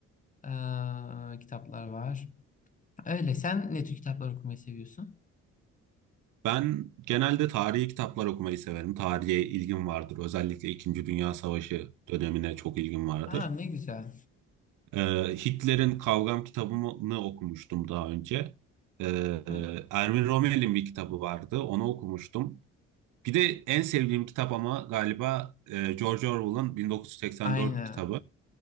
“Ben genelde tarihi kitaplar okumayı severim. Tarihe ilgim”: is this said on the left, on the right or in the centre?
Right